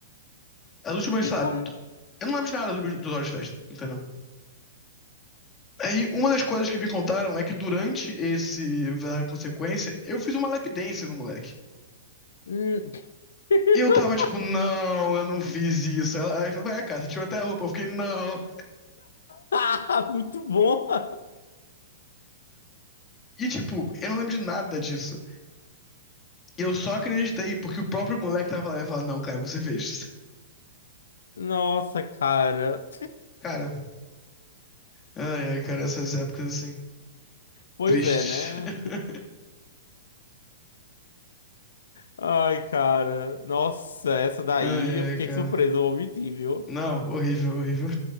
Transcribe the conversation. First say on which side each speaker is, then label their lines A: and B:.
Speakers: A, on the left (about 20°); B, on the left (about 80°).
A: As últimas, sei
B: E
A: lá,
B: como.
A: eu não lembro de nada das últimas duas horas de festa, entendeu? Aí, uma das coisas que me contaram é que durante esse verdade e consequência, eu fiz uma lap dance no moleque.
B: Hum. <laughs>
A: E eu tava tipo, não, eu não fiz isso. Ela, ela vai, cara, você tirou até a roupa. Eu fiquei, não.
B: Ah, muito bom! <laughs>
A: E tipo, eu não lembro de nada disso. E eu só acreditei porque o próprio moleque tava lá e falou, não, cara, você fez. <laughs>
B: Nossa, cara.
A: Cara, ai, ai, cara, essas épocas assim,
B: Pois
A: tristes.
B: é, né?
A: <laughs>
B: Ai, cara. Nossa, essa daí
A: Ai, ai,
B: eu fiquei
A: cara.
B: surpreso, eu vou mentir, viu?
A: Não, horrível, horrível.